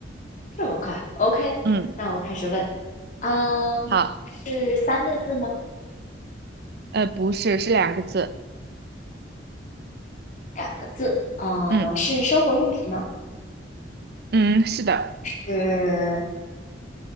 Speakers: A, on the left; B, on the right.
A: 这么快？OK，
B: 嗯，
A: 那我开始问。嗯，
B: 好，
A: 是三个字吗？
B: 呃，不是，是两个字。
A: 两个字。呃，
B: 嗯
A: 是生活用品吗？
B: 嗯，是的，
A: 是